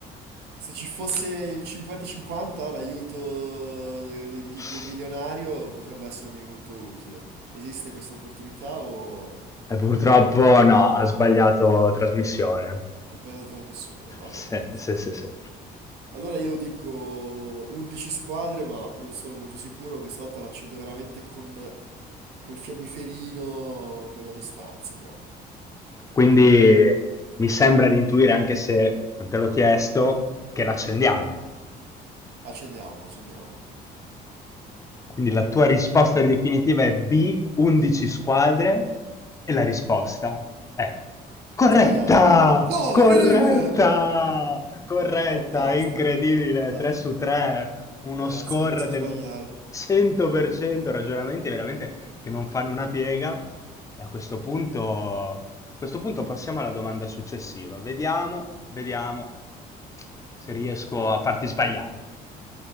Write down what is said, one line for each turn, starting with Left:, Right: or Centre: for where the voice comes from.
Right: se ci fosse il 50-50, l'aiuto de- de- del
Left: <laughs>
Right: milionario potrebbe essermi molto utile. Esiste questa opportunità o
Left: E purtroppo no, ha sbagliato trasmissione.
Right: ho sbagliato trasmissione? Va bene.
Left: Sì, sì, sì, sì.
Right: Allora io dico 11 squadre, ma non sono molto sicuro. Questa volta l'accendo veramente con col fiammiferino, quello a distanza proprio.
Left: Quindi mi sembra di intuire, anche se non te l'ho chiesto, che l'accendiamo.
Right: Accendiamo, accendiamola.
Left: Quindi la tua risposta definitiva è B, 11 squadre, e la risposta è corretta!
Right: Sbagliata. No,
Left: Corretta!
Right: incredibile!
Left: Corretta!
Right: Fantastico,
Left: Incredibile!
Right: fantastico.
Left: 3 su 3, uno
Right: Ragazzi,
Left: score
Right: non riesco
Left: del
Right: a sbagliare.
Left: 100%, ragionamenti veramente che non fanno una piega. E a questo punto, a questo punto passiamo alla domanda successiva. Vediamo, vediamo se riesco a farti sbagliare.